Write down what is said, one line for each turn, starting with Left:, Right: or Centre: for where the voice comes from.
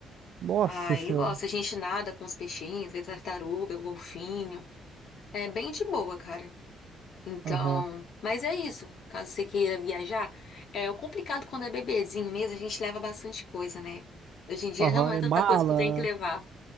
Right: nossa
Left: Ah,
Right: senhora.
Left: ele gosta. A gente nada com os peixinhos, vê tartaruga, golfinho. É bem de boa, cara. Então,
Right: Aham,
Left: mas é isso. Caso você queira viajar, é o complicado quando é bebezinho mesmo, a gente leva bastante coisa, né? Hoje em dia
Right: aham.
Left: já não é
Right: É
Left: tanta
Right: mala,
Left: coisa que eu tenho que levar.